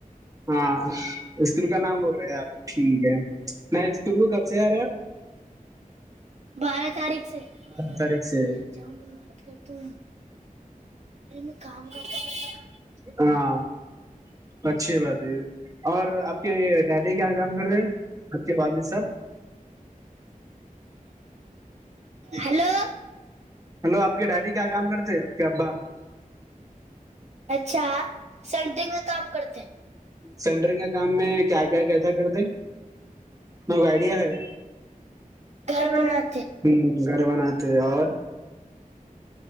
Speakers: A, on the right; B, on the right.
A: ہاں اسکول کا نام بول رہے ہیں آپ ٹھیک ہے میں اسکول کو کب سے آ رہے آپ
B: بارہ تاریخ سے بارہ
A: تاریخ
B: تاری
A: سے
B: سےا میں مات کرتا ہوں ارے میں کام کرتا
A: ہاں اچھی بات ہے اور آپ کے ڈیڈی کیا کام کر رہے آپ کے والد صاحب
B: ہلو
A: ہلو آپ کی ڈیڈی کیا کام کرتے کیابا
B: اچھا سینٹرگ میں کام کرتے ہیں
A: سینٹرنگ کام میں کیا کیا کیسا کرتے م گ آئیڈیا ہے
B: گھر
A: ہ
B: بناتے
A: گھرب نتے اور